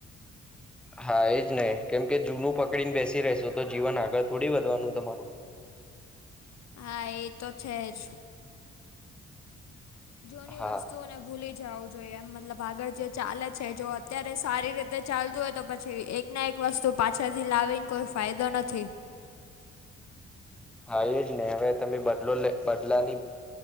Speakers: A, in the centre; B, on the left.
A: હા એજ ને કેમ કે જૂનું પકડી ને બેસી રેસુ તો જીવન આગળ થોડી વધવાનું તમારું
B: હા એ તો છે જ જૂની
A: હા
B: વસ્તુઓને ભૂલી જાવું જોઈએ એમ મતલબ આગળ જે ચાલે છે જો અત્યારે સારી રીતે ચાલતું હોય તો પછી એક ના એક વસ્તુ પાછળથી લાવીને કોઈ ફાયદો નથી
A: હા એ જ ને હવે તમે બદલો લઇ બદલાની